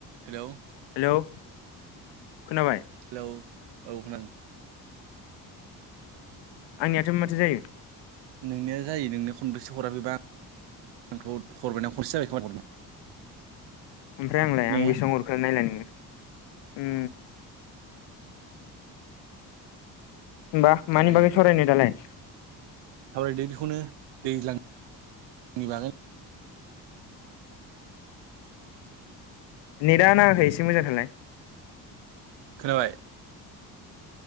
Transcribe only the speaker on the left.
hello खोनाबाय
आंनियाथ' माथो जायो
ओमफ्राय आंलाय आं
बेसेबां नायलाय नोङो उम होनबा
मानि
बागै सावरायनो
दालाय
नेटआ नाङाखै एसे मोजां थालाय